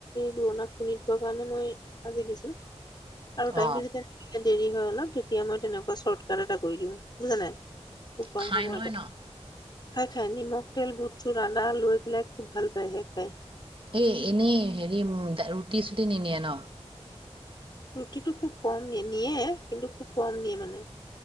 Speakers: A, on the left; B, on the right.
A: <unintelligible> খুন্দি থোৱা কাৰণে মই আজি দিছোঁ। আৰু টাইমটো
B: অ
A: যেতিয়া দেৰি হয় অলপ, তেতিয়া মই তেনেকুৱা চৰ্টকাট এটা কৰি দিওঁ, বুজা নাই, খুব কম
B: খাই
A: সময়তে।
B: নহয় ন
A: খায়, খায়। নিমখ, তেল, বুট চুট, আদা লৈ পেলাই খুব ভাল পায় সেই খাই।
B: এ, এনেই হেৰি উ, ৰুটি চুটি নিনিয়ে ন'?
A: ৰুটিটো খুব কম নিয়ে, নিয়ে কিন্তু খুব কম নিয়ে মানে।